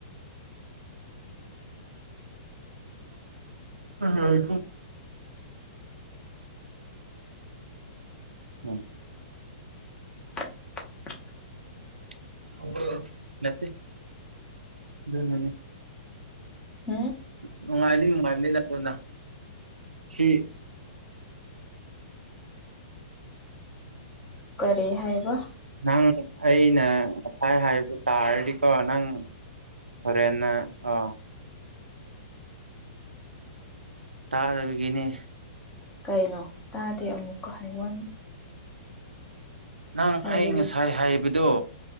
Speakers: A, on the right (about 80°); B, on the left (about 15°).
A: ꯍ ꯏ <unintelligible>
B: <unintelligible>
A: ꯑꯗꯨ
B: ꯎꯝ
A: ꯅꯨꯡꯉꯥꯏꯅꯤ ꯅꯨꯡꯉꯥꯏꯅꯤ ꯅꯅ ꯁꯤ
B: ꯀꯔꯤ ꯍꯥꯏꯕ
A: ꯅꯪ ꯑꯩꯅ ꯉꯁꯥꯏ ꯍꯥꯏꯕ ꯇꯥꯔꯗꯤꯀꯣ ꯅꯪ ꯍꯔꯦꯅ ꯑ ꯇꯥꯔꯕꯒꯤꯅꯦ
B: ꯀꯩꯅꯣ ꯇꯥꯗꯦ ꯑꯃꯨꯛꯀ ꯍꯥꯏ ꯋꯥꯟ
A: ꯅꯪ
B: ꯍꯥꯏꯌꯨ
A: ꯑꯩ ꯉꯁꯥꯏ ꯍꯥꯏꯕꯗꯣ